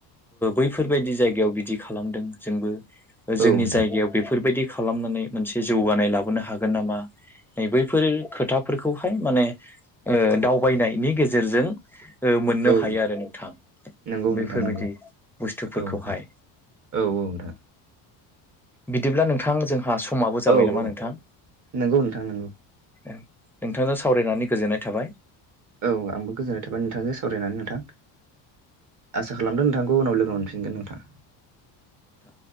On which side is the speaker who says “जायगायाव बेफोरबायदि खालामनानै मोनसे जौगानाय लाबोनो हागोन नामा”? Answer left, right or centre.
Centre